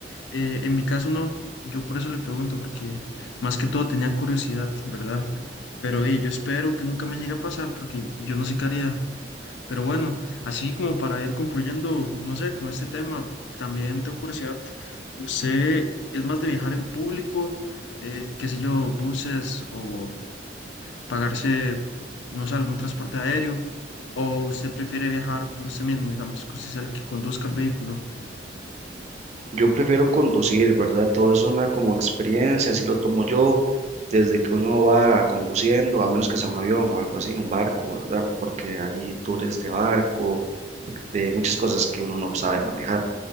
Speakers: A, on the left; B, on the right.
A: Eh, en mi caso no, yo por eso le pregunto, porque más que todo tenía curiosidad, ¿verdad? Pero eh, yo espero que nunca me llegue a pasar, porque yo no sé qué haría. Pero bueno, así como para ir concluyendo, no sé, con este tema, también tengo curiosidad, ¿usted es más de viajar en público, eh, qué sé yo, buses o pagarse, no sé, algún transporte aéreo? ¿O usted prefiere viajar por usted mismo, digamos, que usted sea el que conduzca el vehículo?
B: Yo prefiero conducir, ¿verdad? Todo es una como experiencia, así lo tomo yo, desde que uno va conduciendo, a menos que sea un avión o algo así, un barco, ¿verdad? Porque hay tours de barco, de muchas cosas que uno no sabe manejar.